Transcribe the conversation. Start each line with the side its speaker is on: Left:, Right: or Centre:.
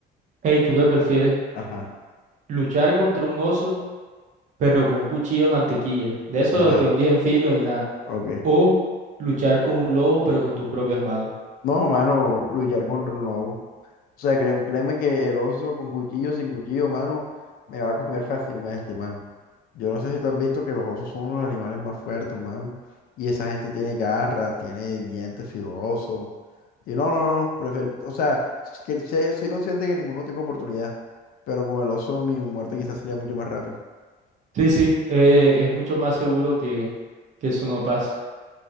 Right: Ey, ¿tú qué prefieres?
Left: Ajá,
Right: ¿Luchar contra un oso, pero con un cuchillo de mantequilla, de esos
Left: ajá,
Right: que no tienen filo ni nada?
Left: ok.
Right: ¿O luchar con un lobo, pero con tus propias manos?
Left: No, mano, luchar contra un lobo. O sea, créeme, créeme que el oso con cuchillo, sin cuchillo, mano, me va a comer <laughs> fácilmente, mano. Yo no sé si tú has visto que los osos son uno de los animales más fuertes, mano. Y esa gente tiene garras, tiene dientes filosos. Y no, no, no, prefer- o sea, que sé- soy consciente que ninguno tengo oportunidad, pero con el oso mi muerte quizás sería mucho más rápido.
Right: Sí, sí, eh, es mucho más seguro que, que eso no pase, o